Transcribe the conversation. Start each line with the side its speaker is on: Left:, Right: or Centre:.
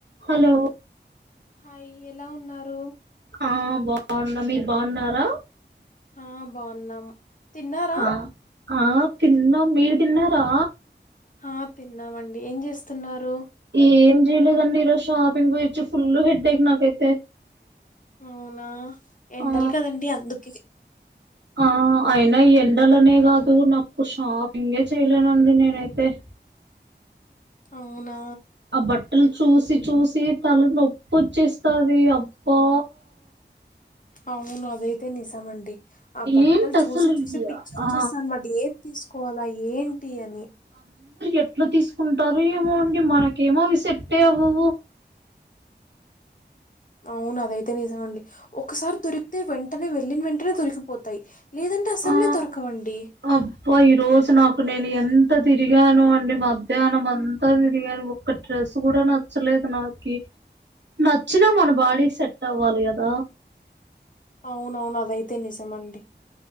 Right: Hello
Left: hi ఎలా ఉన్నారు
Right: ఆ బాగున్న మీరు బాగున్నారా
Left: ఆ బాగున్నాం తిన్నారా?
Right: ఆ ఆ తిన్నాం మీరు తిన్నారా
Left: ఆ తిన్నామండి ఏం చేస్తున్నారు
Right: ఏం జయలేదండి ఈరోజు షాపింగ్ కి వెళ్లి వచ్చి ఫుల్ హెడేక్ అండి నాకైతే
Left: అవునా ఎండాలి
Right: ఆ
Left: కదండీ అందుకు
Right: ఆ అయినా ఎండలనే కాదు నాకు షాపింగే చేయలేనండి నేనైతే తే
Left: అవునా
Right: ఆ బట్టలు చూసి చూసి తల నొప్పొచ్చేస్తది అబ్బా
Left: అవును అదయితే నిజమండి ఆ బట్టలు
Right: ఏంటి
Left: చూసి
Right: అసలు
Left: చూసి
Right: ఇ-
Left: పిచ్చ
Right: ఆ
Left: చేస్తానండి ఏది తీసుకోవాలా ఏంటి అని
Right: ఎట్లు తీసుకుంటారు ఏమో అండి మనకేమోవి సెట్టే అవ్వవు
Left: అవును అదైతే నిజంఅండి ఒకసారి దొరికితే వెంటనే వెళ్ళిన వెంటనే దొరికిపోతాయి లేదంటే అసలే
Right: ఆ
Left: దొరకవండి.
Right: అబ్బా ఈ రోజు నాకు నేను ఎంత అంత తిరిగాను అండి మధ్యాహ్నం అంతా తిరిగాను ఒక్క డ్రెస్ కూడా నచ్చలేదు నాకి నచ్చినా మన బాడీ సెట్ అవ్వాలి కదా
Left: అవునవును అదైతే నిజమండి